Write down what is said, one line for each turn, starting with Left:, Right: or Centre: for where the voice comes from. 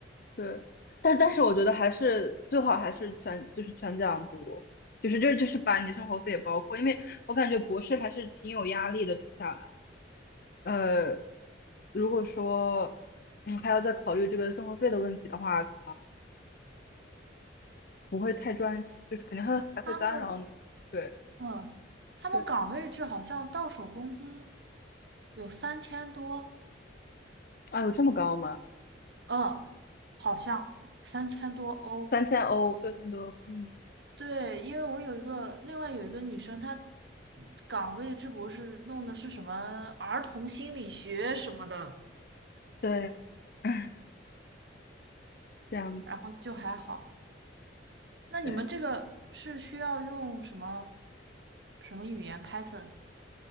Left: 对，但但是我觉得还是最好还是全就是全奖读，就是就是就是把你的生活费也包括，因为我感觉博士还是挺有压力的读下来。呃，如果说嗯还要再考虑这个生活费的问题的话，可能不会太专心就是肯定还还会干扰你。
Right: 他们，
Left: 对
Right: 嗯，他们岗位制好像到手工资
Left: 对，
Right: 有三千多，
Left: 啊有这么高吗？
Right: 嗯，好像三千多欧。
Left: 三千欧，六千多，嗯，
Right: 对，因为我有一个另外有一个女生，她岗位这博士弄的是什么儿童心理学什么的，
Left: 对，<laughs> 这样子，
Right: 然后就还好。那你们这个是需要用什么
Left: 对，
Right: 什么语言 Python？